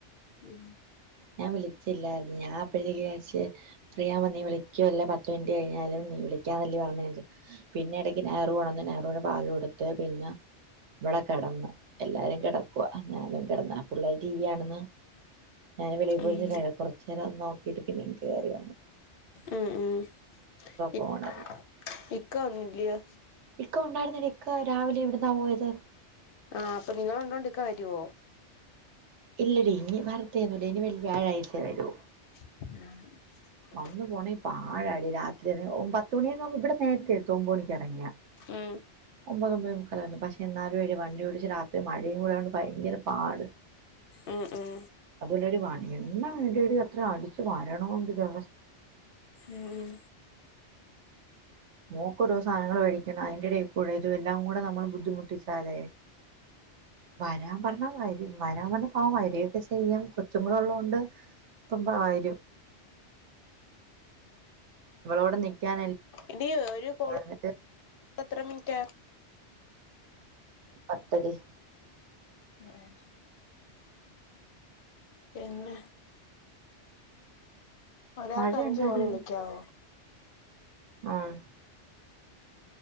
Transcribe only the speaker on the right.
ഞാൻ വിളിച്ചില്ലായിരുന്നു ഞാൻ അപ്പഴത്തേക്ക് വിചാരിച്ച് ഫ്രീയാവബം നീ വിളിക്കുവല്ലോ പത്ത് മിനിറ്റ് കഴിഞ്ഞാല് നീ വിളിക്കാന്നല്ലേ പറഞ്ഞേന്ന് പിന്നെ ഇടക്ക് നയറു ഉണർന്നു നയറൂന് പാല് കൊടുത്ത് പിന്ന ഇവിടെ കിടന്ന് എല്ലാരും കിടക്കുവ ഞാനും കിടന്ന് പിള്ളേര് ടീ വി കാണിന്ന് ഞാൻ വെളി പോയിരുന്നിറ്റായാ
കുറച്ച് ചെന്ന് നോക്കിട്ട് പിന്നേം കേറി വന്ന്.
പോണന്ന്
ഇക്ക ഉണ്ടായിരുന്നടീ ഇക്ക രാവിലെ ഇവിടന്നാ പോയത്.
ഇല്ലടി ഇനി വരത്തേന്നുല്ല ഇനി വെൾ വ്യാഴാഴ്ചേ വരൂ
വന്ന് പോണെ പാഴാടി. രാത്രി വരെ ഓൻ പത്തു മണിക്കെആവുമ്പോ ഇവിടെ നേരത്തെ എത്തും ഒമ്പണിക്ക് ഇറങ്ങിയാ
ഒമ്പതൊമ്പതെ മുക്കാൽ പക്ഷെ എന്നാലു എടി വണ്ടി ഓടിച്ച് രാത്രി മഴയും കൂടാ യോണ്ട് ഭയങ്കര പാട്.
അല്ലടി വാണിയന്നെ വേണ്ടടി അത്ര അടിച്ചു വരണോങ്കില്
<unintelligible> മോക്ക് ഓരോ സാധനങ്ങൾ വേടിക്കണം. അതിന്റെ ഇടയിൽ കൂടെ ഇതും എല്ലാം കൂടെ നമ്മൾ ബുദ്ധിമുട്ടിച്ചാലേ വരാൻ പറഞ്ഞാൽ വരും വരാൻ പറഞ്ഞപ്പൊ അവൻ വര്ഒക്കെ ചെയ്യും. കൊച്ചുങ്ങള് ഉള്ളോണ്ട് ഇപ്പംവരും. ഇവളോട് നിക്കാന
<unintelligible>
പത്തടി
മഴയുണ്ടാടി
ആഹ്